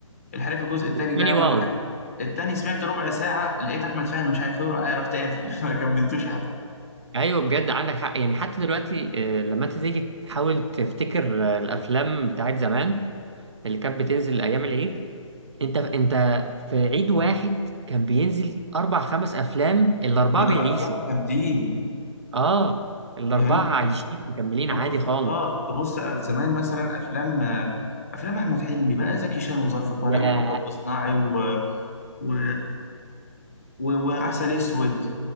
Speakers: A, on the left; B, on the right.
A: الحريفه الجزء الثاني
B: والتاني
A: ده انا
B: باظ
A: مع حد التاني سمعت ربع ساعه لقيت احمد فهمي مش عارف ايه ورا- آه، رحت قافل <laughs> ما كملتوش حتى
B: ايوه بجد عندك حق يعني حتى دلوقتي آه، لما انت تيجي تحاول تفتكر آه، الافلام بتاعت زمان اللي كانت بتنزل ايام العيد انت انت في عيد واحد كان بينزل اربع خمس افلام الاربعة
A: والاربعه
B: بيعيشوا
A: جامدين
B: اه الاربعة
A: يعني انت
B: عايشين مكملين
A: تبص
B: عادي خالص
A: اه تبص زمان مثلا افلام افلام احمد حلمي بقى زكي شان وظرف طارق
B: يا
A: ومطب صناعي و... و... و... وعسل اسود